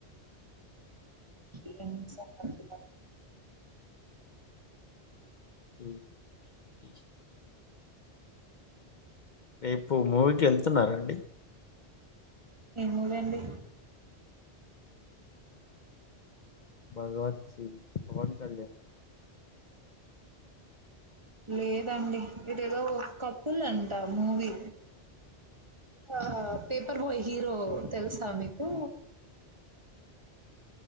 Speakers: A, on the right (about 25°); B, on the left (about 50°).
A: ఏం సంగతులు అండి?
B: ఈ అండి. రేపు మూవీకి యెళ్తున్నారండి
A: ఏం మూవీ అండి
B: భగవత్ సింగ్ పవన్ కళ్యాణ్
A: లేదండి ఇదేదో కపుల్ అంట మూవీ ఆ పేపర్ బాయ్ హీరో తెలుసా మీకు